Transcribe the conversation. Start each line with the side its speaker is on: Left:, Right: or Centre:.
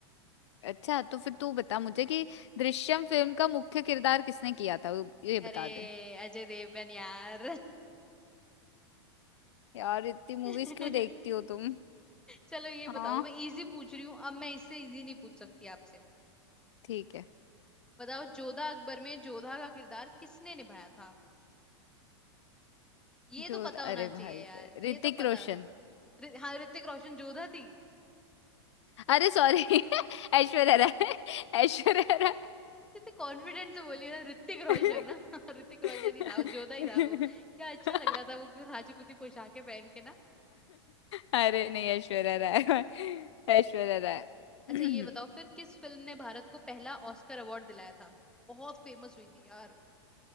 Left: अच्छा तो फिर तू बता मुझे कि दृश्यम फिल्म का मुख्य किरदार किसने किया था वो- ये
Centre: अरे
Left: बता दे
Centre: अजय देवगन यार
Left: यार इतनी
Centre: <laughs>
Left: मूवीज क्यों देखती हो तुम
Centre: चलो ये
Left: हाँ
Centre: बताओ मैं इजी पूछ रही हूँ अब मैं इससे इजी नहीं पूछ सकती आपसे
Left: ठीक है
Centre: बताओ जोधा अकबर में जोधा का किरदार किसने निभाया था ये तो
Left: जो
Centre: पता होना
Left: अरे
Centre: चाहिए
Left: भाई
Centre: यार
Left: साहब,
Centre: ये
Left: ऋतिक
Centre: तो पता
Left: रोशन
Centre: होना रि- हाँ ऋतिक रोशन जोधा थी <laughs>
Left: अरे सॉरी <laughs> ऐश्वर्या राय ऐश्वर्या राय
Centre: इतने कॉन्फिडेंट से बोलिए ना ऋतिक रोशन
Left: <laughs>
Centre: ना <laughs> ऋतिक रोशन ही था वो जोधा ही था वो क्या अच्छा लग रहा था वो फिर राजपूती पोशाकें पहन के ना
Left: अरे नहीं ऐश्वर्या राय ऐश्वर्या राय
Centre: अच्छा
Left: <clears throat>
Centre: ये बताओ फिर किस फिल्म ने भारत को पहला ऑस्कर अवार्ड दिलाया था बहुत फेमस हुई थी यार